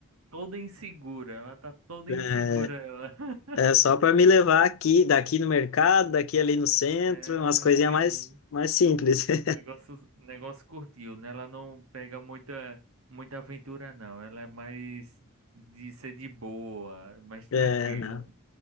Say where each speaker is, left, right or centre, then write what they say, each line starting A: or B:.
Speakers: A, on the right; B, on the left.
A: toda insegura, ela tá toda
B: É,
A: insegura, ela. <laughs>
B: é só para me levar aqui, daqui no mercado, daqui ali no centro,
A: É,
B: umas coisinhas
A: assim.
B: mais mais simples. <laughs>
A: O Negócio, o negócio curtiu, né? Ela não pega muita, muita aventura, não. Ela é mais de ser de boa, mais
B: É,
A: tranquila.
B: não.
A: né?